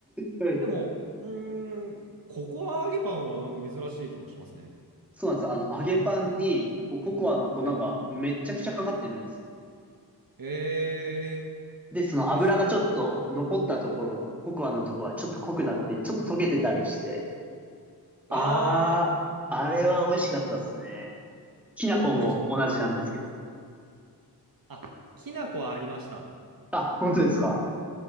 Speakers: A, in the centre; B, on the right.
A: うん
B: でも、うーん、ココア揚げパンはなんか珍しい気もしますね。
A: そうなんですよ。あの、揚げパンに、こうココアの粉がめっちゃくちゃかかってるんですよ。
B: はいええー
A: で、その油がちょっと残ったところの、
B: 美味しそ
A: ココアのところはちょっと濃くなって、ちょっと溶けてたりして。ああ、
B: う。ああ、
A: あれは美味しかったですね。きな粉も同じなんですけど。
B: 美味しそう。あ、きな粉はありました。
A: あ、本当ですか